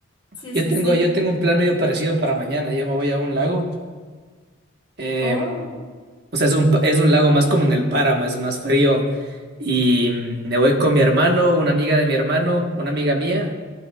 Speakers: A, on the left (about 25°); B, on the right (about 50°).
A: Sí,
B: Yo
A: sí,
B: tengo,
A: sí.
B: yo tengo un plan medio parecido para mañana. Yo me voy a un lago. Eh,
A: Oh,
B: o sea, es un, pa- es un lago más como en el páramo, es más frío. Y mm, me voy con mi hermano, una amiga de mi hermano, una amiga mía